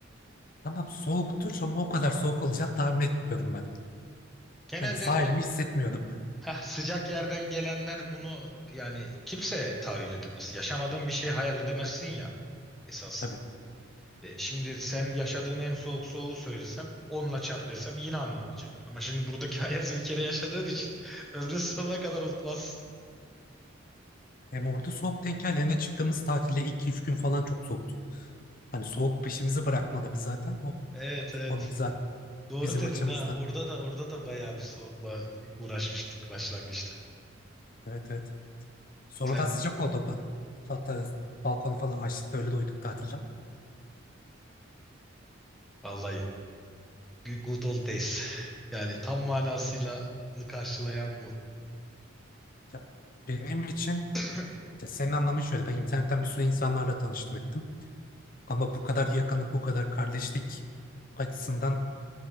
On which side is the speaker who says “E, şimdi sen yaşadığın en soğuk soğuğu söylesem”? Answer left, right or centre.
Centre